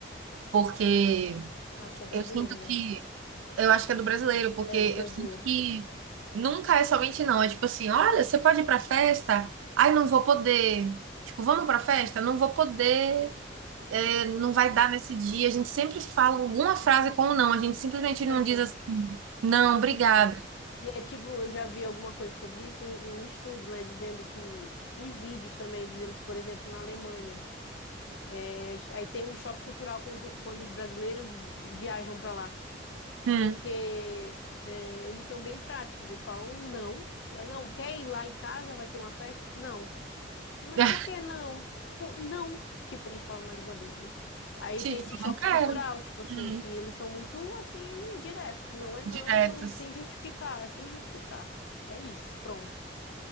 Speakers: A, on the right; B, on the left.
A: porque
B: Eu Acho que é brasileiro
A: eu sinto
B: mesmo.
A: que Eu acho que é do brasileiro, porque
B: É, do brasileiro.
A: eu sinto que nunca é somente não. É tipo assim, olha, você pode ir pra festa? Ai, não vou poder. Tipo, vamos pra festa? Não vou poder, é, não
B: Ah,
A: vai dar nesse dia. A gente sempre fala alguma frase com o não. A gente simplesmente não
B: aham.
A: diz assim, não, obrigada.
B: Não. E é tipo, eu já vi alguma coisa sobre isso, um um estudo, né? Dizendo que. Em vídeos também, dizendo que, por exemplo, na Alemanha. É, aí tem um choque cultural quando, quando os brasileiros viajam para lá,
A: Hum.
B: porque é, eles são bem práticos. Eles falam um não, não quer ir lá em casa, vai ter uma festa? Não. Mas
A: <laughs>
B: por que não? Por- não. Tipo, eles falam na língua deles, né? Aí
A: Tipo,
B: tem esse choque
A: não quero.
B: cultural, tipo assim,
A: Hum.
B: que eles são muito assim diretos. Não é não
A: Direto.
B: e não sem justificar, é sem justificar. É isso, pronto.